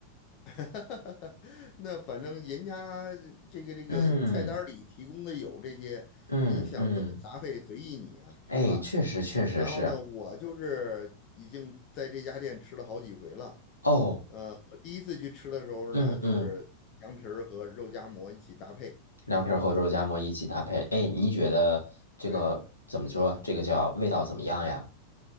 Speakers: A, on the left (about 40°); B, on the left (about 80°).
A: <laughs> 那反正人家这个这个菜单儿里提供的有这些，
B: 嗯嗯嗯，
A: 你想怎么搭配随意你啊，是吧？
B: 哎，确实确实是。
A: 然后呢，我就是已经在这家店吃了好几回了。
B: 哦，
A: 呃，我第一次去吃的时候呢，
B: 嗯嗯，
A: 就是凉皮儿和肉夹馍一起搭配。
B: 凉皮儿和肉夹馍一起搭配，哎，你觉得这个怎么说？
A: 对。
B: 这个叫味道怎么样呀？